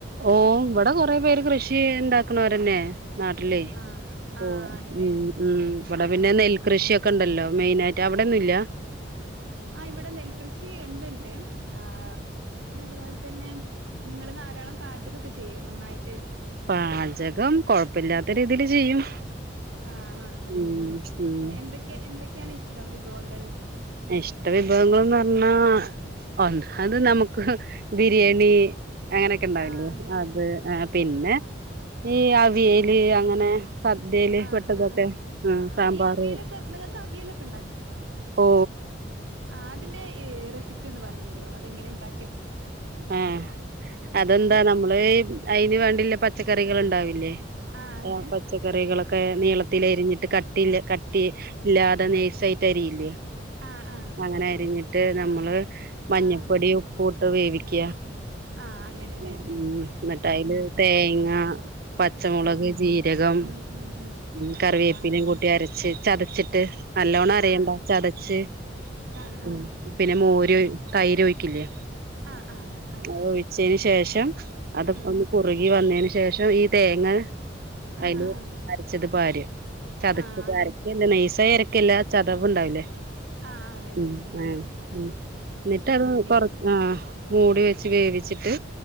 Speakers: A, on the right; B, on the right.
A: ഓ ഇവിടെ കൊറെേ പേര് കൃഷി ഉണ്ടാക്കണോരനെ. നാട്ടിലേ
B: ആഹ്
A: പോ
B: ആഹ് ആണ്ല്ലേ
A: ഉം ഉം ഇവിടെ പിന്നെ
B: ആഹ്
A: നെൽകൃഷിയൊക്കെ
B: ഓക്കെ
A: ഉണ്ടല്ലോ മെയിനയിട്ട് അവിടെ. ന്നെന്നില.
B: ആഹ ഇവിടെ നെൽകൃഷി ഉണ്ട്ണ്ട് ആ് പിന്നെ അതുപോലെ. തന്നെ നിങ്ങൾ ധാരാളം പാചകൊക്കെ ചെയോ നന്നായിട്ട്.
A: പാചകം കൊഴപ്പല്യാത്ത രീതിൽ ചെയ്യും.
B: ആഹ ആണല്ലേ
A: ഉം ഉം
B: എന്തൊക്കെ എന്തൊക്കെയാണ് ഇഷ്ടം വിഭവങ്ങള്.
A: ഇഷ്ട വിഭവങ്ങളും. ന്ന് പറഞ്ഞ ഒന്നാമത് നമുക്ക് ബിരിയാണി. അങ്ങനെയൊക്കെ ഉണ്ടാവില്ലേ
B: ആഹ് അതെ അതെ
A: അത്
B: അതെ
A: ആ പിന്നെ
B: ആഹ്
A: ഈ അവിയല് അങ്ങനെ. സദ്യയില്
B: ആഹ്
A: പെട്ടതൊക്കെ
B: ആഹ് ആഹ്
A: ആ
B: ആഹ്
A: സാമ്പാർ.
B: ഈ അവിയലൊക്കെ നിങ്ങൾക്ക് അവിയലൊക്കെ
A: ഓ.
B: ആ അതിന്റെ റെസിപ്പി ഒന്ന് പരഞ്ഞേര്ഒ അതെങ്ങനെണ്ടാ.
A: ആഹ അതെന്താ
B: ആഹ്
A: നമ്മള്. അതിന് വേണ്ടില്ല പച്ചക്കറികൾ ഉണ്ടാവില്ലേ
B: ആഹ് അതെ
A: പച്ചക്കറികളൊക്കെ. ക്കെ നീളത്തിലൽ അരിഞ്ഞിട്ട് ക. കട്ടി കട്ടില്ലാതെ നെയസായിട്ട് അരിയില്ലേ
B: ആഹ് ആഹ്
A: അങ്ങനെ അരിഞ്ഞിട്ട്. ട്ട് നമ്മള് മഞ്ഞപ്പൊടി
B: ആഹ് അതെ
A: ഉപൂട്ട് വേവിക്ക.
B: ആ അങ്ങനെയല്ല.
A: ഉ എന്നിട്ടായില് തേങ്ങ പച്ചമുളക്
B: ആഹ്
A: ജീരകം.
B: ഉം ഉം ഉം
A: ഉ കറിവേപ്പിനും
B: ആഹ് അങ്ങനെ
A: കൂട്ടി അരച്ച് ചതച്ചിട്ട് നല്ലോണം അരയണ്ട
B: ആഹ്
A: ചതച്ച്.
B: ആഹ്
A: ഉ
B: ആഹ്
A: പിന്നെ മോര്
B: അങ്
A: തൈര് ഒഴിക്കില്ലേ.
B: ആഹ് ആഹ് അതെ അതെ
A: ഓയ്ചേൻ ശേഷ. അത്
B: ആഹ്
A: ഒന്ന് കുറുകിവന്നെന് ശേഷം ഈ തേങ്ങ
B: ആഹ്
A: അയിൽ.
B: ആഹ്
A: ച്ചത് പാര ചതച്ചത്
B: ആഹ് അങ്ങനെ
A: അരക്കല്ല നെയ്സരയ്ക്കല്ല ചതവ് ഉണ്ടാവൂലേ.
B: ആഹ് അതെ അതെ
A: ഉ
B: അതെ മനസ്സിലായി
A: ആ
B: മനസ്സിലായി
A: ഉ എന്നിട്ട്
B: ആഹ്
A: അത്
B: അങ്ങനെയാണല്ലേ
A: കൊറച്ച് ആ. മൂടി വെച്ച് വേവിച്ചിട്ട്